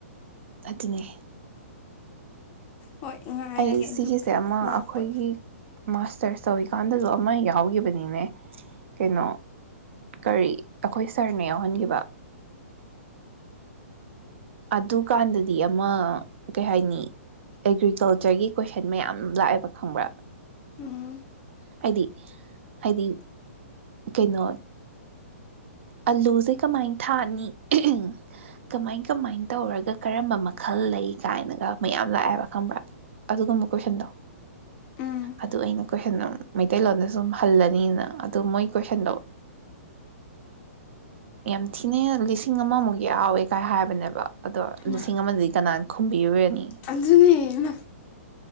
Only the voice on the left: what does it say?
ꯍꯣꯏ ꯉꯥꯏꯔꯒꯦ
ꯑꯗꯨ
ꯂꯥꯛꯄ
ꯎꯝ
ꯎꯝ
ꯍꯩꯃꯥ
ꯑꯗꯨꯅꯦ ꯍꯩꯃꯥ